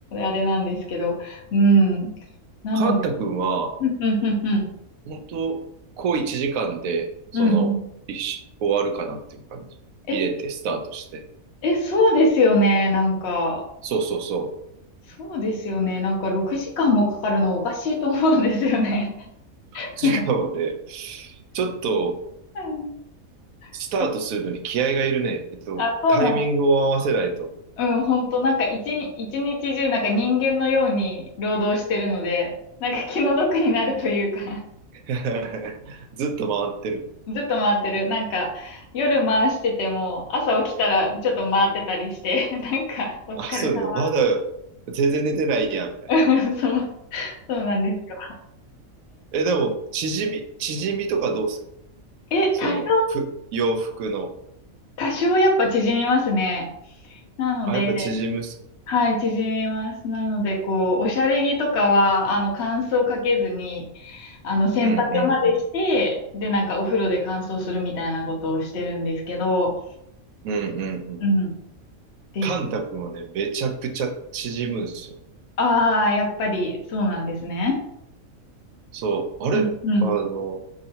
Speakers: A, on the left; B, on the right.
A: <laughs> あれなんですけど。うん。なので、
B: カンタ君は、
A: うんうんうんうん。
B: 本当こう1時間で、その、
A: うんうん
B: 一緒終わるかなっていう感じ。
A: え、
B: 入れて、スタートして。
A: え、そうですよね。なんか、
B: そうそうそう。
A: そうですよね。なんか6時間もかかるのおかしいと思うんですよね。
B: 時間はね、
A: <laughs>
B: ちょっと
A: う
B: スタートするのに気合がいるね。
A: ん
B: えっと、
A: あ、そうなん。
B: タイミングを合わせないと。
A: うん、本当なんか一日、一日中なんか人間のように労働してるので、なんか気の毒になるというか
B: <laughs> ずっと回ってる。
A: ずっと回ってる。なんか、夜回してても、朝起きたらちょっと回ってたりして、<laughs> なんか、お疲れ様
B: あ、そうだ、まだ全然寝てないやん、みたいな。
A: みたいな。<laughs> そう、そうなんですよ。
B: え、でも、縮み、縮みとかどうすか
A: え、
B: その、
A: 多少、
B: ふ、洋服の。
A: 多少やっぱ縮みますね。なので、
B: あ、やっぱ縮むっすか
A: はい、縮みます。なので、こう、おしゃれ着とかは、あの、乾燥かけずに、あの、洗濯までして、
B: うんうんうん。
A: で、なんかお風呂で乾燥するみたいなことをしてるんですけど、
B: うんうんうん。
A: うん、です。
B: カンタ君はね、めちゃくちゃ縮むんですよ。
A: ああ、やっぱりそうなんですね。
B: そう、あれあの、
A: うん、うん。